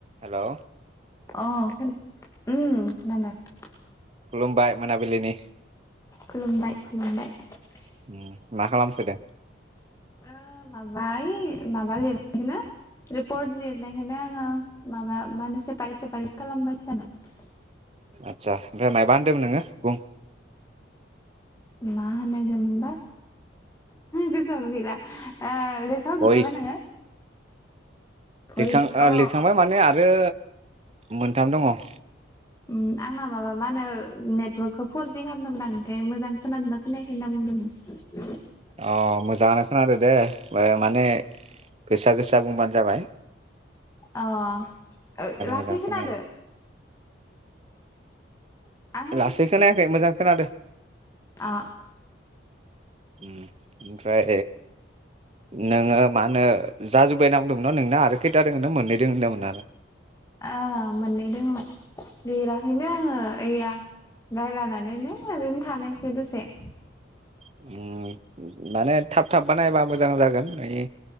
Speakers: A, on the right (about 30°); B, on the left (about 15°).
A: हेल
B: अ खो ओम। खोनादो ।
A: खुलुमबाय मोनाबिलिनि।
B: खुलुमबाय खुलुमबाय ।
A: ओम मा खालामसोदों?
B: ओ माबा ऐ माबा लिरनायखोनो रिपर्ट लिरनायखोनो आङो माबा मा नो सेपारेट सेपारेट खालामबाय थादों ।
A: आदसा ओमफ्राय मायबा होनदोंमोन नोङो, बुं?
B: मा होननायदोमोनबा? गोसोयावनो गैला। ओ लिरखांजोब्बायबा
A: भइस
B: नोङो? भइस
A: लिरखां ओ
B: अ
A: लिरखांबाय माने आरो मोनथाम दङ ।
B: उम आंना माबा मा होनो नेटवर्कखौ फर जि खालामदोंमोन आं ओमफाय मोजां खोनादोंना खोनायाखै होनना बुंदोंमोन ।
A: अ मोजाङानो खोनादो । दे ओ माने गोसा गोसा बुंबानो जाबाय ।
B: अ ओ लासै
A: मोजां
B: खोनादो?
A: खोनायो
B: आं
A: लासै खोनायाखै मोजां खोनादो ।
B: अ
A: उम ओमफ्राय नोङो मा होनो जाजोब्बाय होन्ना बुंदोंमोन न नोंना आरो खैथा दङो मोननै दोङो होनदोंमोन ।
B: ओ मोननै दोङो। लिराखैनो आङो ओइ या रायलानानैनो ओरैनो थानायसै दसे ।
A: उम माने थाब थाब बानायबा मोजां जागोन ओइ